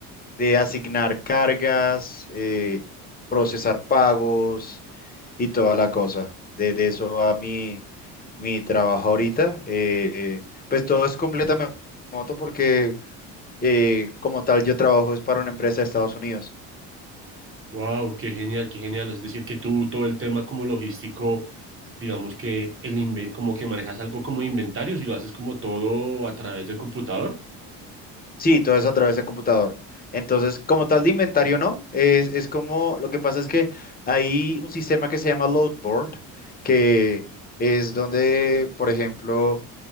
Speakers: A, on the left; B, on the right.
A: de asignar cargas, eh, procesar pagos y toda la cosa. De, de eso va mi, mi trabajo ahorita. eh, pues todo es completamente remoto porque eh, como tal yo trabajo es para una empresa de Estados Unidos.
B: Wow, qué genial, qué genial. Es decir, que tú todo el tema como logístico, digamos que el inve- como que manejas algo como inventarios y lo haces como todo a través del computador.
A: Sí, todo es a través de computador. Entonces, como tal de inventario, no, es, es como, lo que pasa es que hay un sistema que se llama Loadboard, que es donde, por ejemplo,